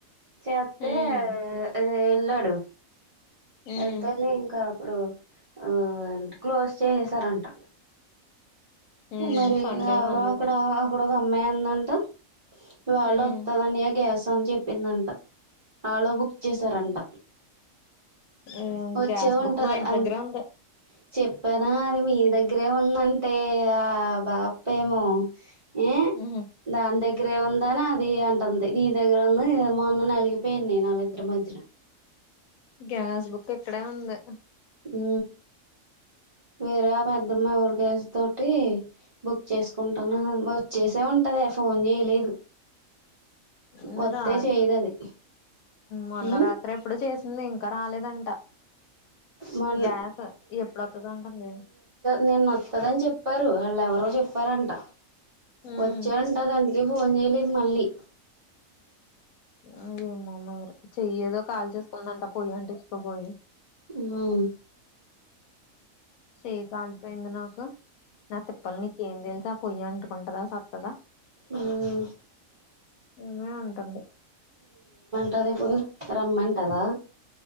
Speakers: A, on the right; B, on the left.
A: చేతే
B: ఉమ్
A: ఏ ఎలడు
B: ఉమ్
A: వెళ్తేనే ఇంకా అప్పుడు ఆ క్లోజ్ చేసారంట
B: ఉమ్
A: మరి
B: సండే
A: ఎవరో
B: సండే
A: అక్కడ అక్కడ ఒక అమ్మాయి ఉందంట వాళ
B: ఉమ్
A: వతదని గ్యాస్ అని చెప్పిందంట ఆలే బుక్ చేసారంట
B: ఊ
A: వచ్చే
B: గ్యాస్
A: ఉంటది
B: బుక్ మా ఇంటి
A: అంది
B: దగ్గరే ఉంది
A: చెప్పానా అది మీ దగ్గరే ఉందంటే ఆ బాపేమో ఊ
B: ఉహు
A: దాని దగ్గరే ఉందానా అది అంటంది దీని దగ్గర ఉందని ఇది మొన్న నలిగిపోయింది వాళ్ళ ఇద్దరి మద్యన
B: గ్యాస్ బుక్ ఇక్కడె ఉంది
A: ఊ వేరే ఆ పెద్దమ్మ వాళ్ళ గ్యాస్ తోటి బుక్ చేసుకుంటాను వచ్చేసే ఉంటదే ఫోన్ చేయలేదు
B: ఊ
A: వస్తే
B: రాద్
A: చేయదు అది
B: మొన్న
A: ఉమ్
B: రాత్రో ఎప్పుడు చేసింది ఇంకా క రాలేదంట
A: మొన్
B: గ్యాస్ ఎప్పుడతదంటుంది
A: నినోతదని చెప్పారు వాళ్ళెవరో చెప్పారంట
B: ఉమ్
A: వచ్చాడంట దానికి ఫోన్ చేయలేదు మళ్ళీ
B: ఆ ఏమో మరి చెయ్యేదో కాల్ చేసుకుందంట పోయి అంటిచుకోబోయి
A: మ్మ్
B: చెయ్ కాలిపోయింది నాకు నా తిప్పలు నీకేం తెలుస్ ఆ పొయ్యి అంటుకుంటదా సత్తదా
A: మ్మ్
B: ఇనే ఉంటుంది
A: కాద్ ఇప్పుడు రమ్మంటదా